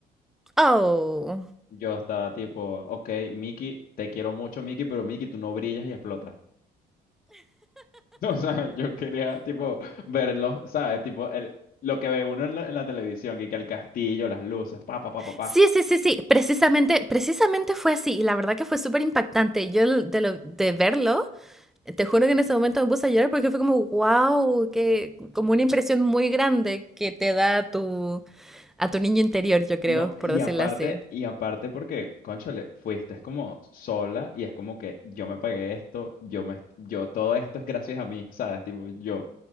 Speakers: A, in the centre; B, on the left.
A: Oh.
B: Yo estaba tipo, ok, Mickey, te quiero mucho, Mickey, pero Mickey, tú no brillas y explotas. <laughs> O sea, yo quería, tipo, verlos ¿sabes? Tipo, el, lo que ve uno en la, en la televisión, que, que el castillo, las luces, pa, pa, pa, pa, pa.
A: Sí, sí, sí, sí, precisamente, precisamente fue así y la verdad que fue súper impactante. Yo l- de, lo- de verlo, te juro que en ese momento me puse a llorar porque fue como, wow, que como una impresión muy grande que te da a tu, a tu niño interior, yo creo,
B: No, y
A: por decirlo
B: aparte,
A: así.
B: y aparte porque, cónchale, fuiste es como sola y es como que yo me pagué esto, yo me, yo, todo esto es gracias a mí, ¿sabes? Tipo, yo,